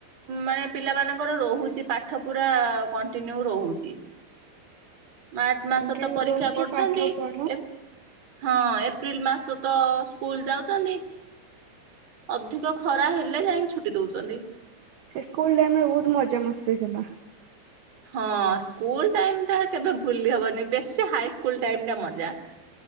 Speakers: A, on the right (about 40°); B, on the right (about 65°).
A: ମାନେ ପିଲାମାନଙ୍କର ରହୁଛି ପା ପାଠ ପୁରା କଣ୍ଟିନ୍ୟୁ ରହୁଛି। ମାର୍ଚ୍ଚ ମାସ
B: ଏମତି
A: ତ ପରୀକ୍ଷା
B: ରହୁଛି
A: କରୁଛନ୍ତି।
B: ପାଠ ପଢ
A: ଏ ହଁ ଏପ୍ରିଲ ମାସ ତ ସ୍କୁଲ ଯାଉଛନ୍ତି। ଅଧିକ ଖରା ହେଲେ ଯାଇକି ଛୁଟି ଦଉଛନ୍ତି।
B: ସେ ସ୍କୁଲ ଟାଇମ ରେ ବହୁତ ମଜା ମସ୍ତି ହେଇଥିଲା।
A: ହଁ ସ୍କୁଲ ଟାଇମ ଟା କେବେ ଭୁଲି ହବନି ବେଶୀ ହାଇ ସ୍କୁଲ ଟାଇମ ଟା ମଜା।